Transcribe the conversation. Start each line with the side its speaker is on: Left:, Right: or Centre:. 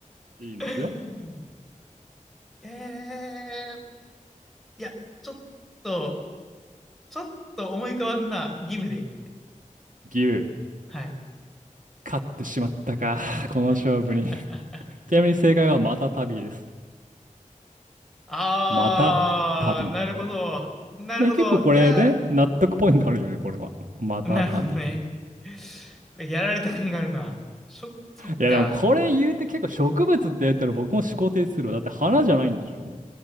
Right: いいんですよ。
Centre: えー、いや、ちょっと、ちょっと思い浮かばんな。ギブで。
Right: 牛。
Centre: はい。
Right: 勝ってしまったか、この勝負に。
Centre: <laughs>
Right: ちなみに正解はまた旅です。
Centre: あー、
Right: また旅。
Centre: なるほど。なるほど。
Right: で、結構これね、
Centre: いや
Right: 納得ポイントあるよね、これは。また旅。
Centre: ー、なるほどね。
Right: い
Centre: やられた感があるな。しょ、そっか。
Right: や、でもこれ言うて結構植物って言ったら僕も思考停止するわ。だって花じゃないんでしょ